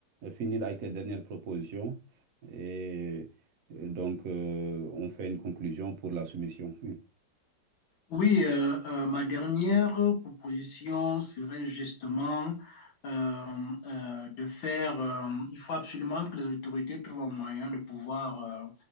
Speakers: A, on the right; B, on the left.
A: finir avec tes dernières propositions et, et donc euh, on fait une conclusion pour la soumission.
B: Oui, euh, euh, ma dernière proposition serait justement euh, euh, de faire, euh, il faut absolument que les autorités trouvent un moyen de pouvoir euh,